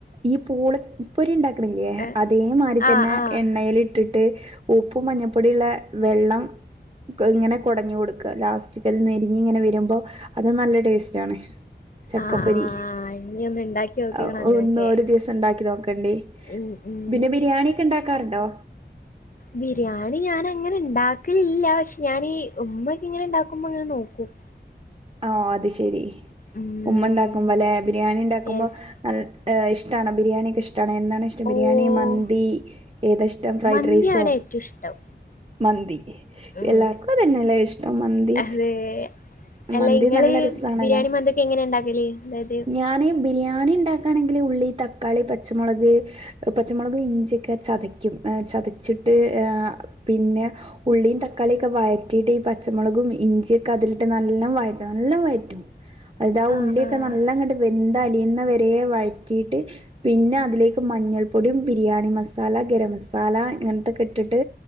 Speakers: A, on the right; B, on the left.
A: ഈ പൂള ഉപ്പൊരി ഇണ്ടാ കാണില്ല്യെ
B: ഏഹ്
A: അതേ മാരി തന്നെ
B: ആഹ് ആഹ്
A: എണ്ണേലിട്ട് ട്ട് ഉപ്പും മഞ്ഞപ്പൊടിയ്ള്ള വെള്ളം ക് ഇങ്ങനെ കൊടഞ് കൊട്ക്ക ലാസ്റ്റ് ക് നെരിഞ്ഞിങ്ങനെ വരുമ്പോ അത് നല്ല ടെസ്റ്റാണ്. ചക്കപ്പൊരി
B: ആഹ് ആഹ് ഇനി ഒന്ന് ഇണ്ടാക്കി നോക്കിക്കണം
A: ആ
B: അങ്ങനൊക്കെ
A: ഒന്ന് ഒരു ദിവസിണ്ടാക്കി നോക്കാം <unintelligible>
B: ഉം ഉം
A: പിന്നെ ബിരിയാണിയ്ക്കെ ഇണ്ടാക്കാറുണ്ടോ
B: ബിരിയാണി ഞാനങ്ങനെ ഇണ്ടാക്കലില്ല പക്ഷെ ഞാനീ ഉമ്മയ്ക്കിങ്ങനെ ഇണ്ടാക്കുമ്പോ ഇങ്ങനെ നോക്കും.
A: ആ അത് ശെരി
B: ഉം
A: ഉമ്മ ഉണ്ടാക്കുബല്ലെ ബിരിയാണി ഇണ്ടാക്കുമ്പോ
B: യെസ്
A: നല്ല ഇഷ്ടാണ് ബിരിയാണി <unintelligible> ട്ടാണ് എന്താണ് ഇഷ്ടം ബിരിയാണി
B: ഓഹ്
A: മന്തി ഏതാ ഇഷ്ടം ഫ്രൈഡ്രൈസോ
B: മന്തിയാണ് ഏറ്റവും ഇഷ്ടം
A: മന്തി
B: ഉം
A: എല്ലാർക്കും അതെന്നെല്ലെ ഇഷ്ടം മന്തി
B: അത് അല്ല
A: മന്തി
B: ഇങ്ങള്
A: നല്ല രസാണല്ലോ
B: ബിരിയാണിം മന്തിക്കെ എങ്ങനെ ഇണ്ടാക്കല് അതായത്
A: ഞാന് ബിരിയാണി ഇണ്ടാക്കാണെങ്കില് ഉള്ളി, തക്കാളി, പച്ചമോളക്, പച്ചമോളകും, ഇഞ്ചിയൊക്കെ ചതയ്ക്കും ഏ ചതച്ച്ട്ട് ഏ പിന്നെ ഉള്ളിയും, തക്കാളിക്കെ വയറ്റിട്ട് ഈ പച്ചമോളകും ഇഞ്ചിക്കെ അതിൽ നല്ലോം വയറ്റണം നല്ലോം വയറ്റും അത് ആ
B: ആഹ്
A: ഉള്ളിയൊക്കെ
B: ആഹ്
A: നല്ലാം വെന്ത് ദ് അലിയ്ന്ന വരെ വയറ്റിട്ട് പിന്നെ അതിലേക്ക് മഞ്ഞൾ പൊടിം, ബിരിയാണി മസാല, ഗരം മസാല ഇങ്ങൻത്തോ ഇട്ട്ട്ട്